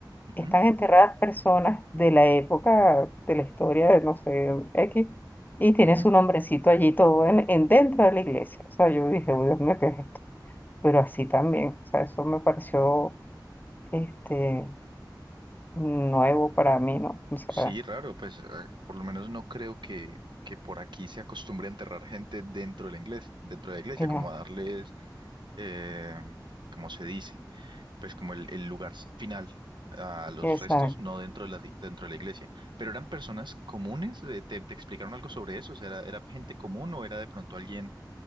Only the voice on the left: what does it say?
están enterradas personas de la época de la historia de no sé X y tiene
su nombrecito allí todo en, en dentro de la iglesia. O sea, yo dije, "Uy, Dios mío, ¿qué es esto? Pero así también, o sea, eso me pareció este nuevo para mí, ¿no? O sea,
que
yo,
esa-